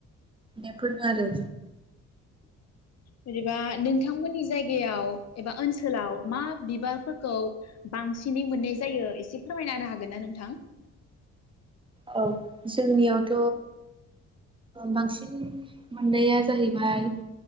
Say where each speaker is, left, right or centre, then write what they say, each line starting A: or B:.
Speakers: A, on the right; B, on the left.
A: <inaudible> <inaudible> आरो।
B: जेनेबा नोंथांमोननि जायगायाव एबा ओनसोलाव मा बिबारफोरखौ बांसिनै मोननाय जायो एसे फोरमायनाानो हागोन ना नोंथां?
A: औ जोंनियावथ' बांसिन मोननाया जाहैबाय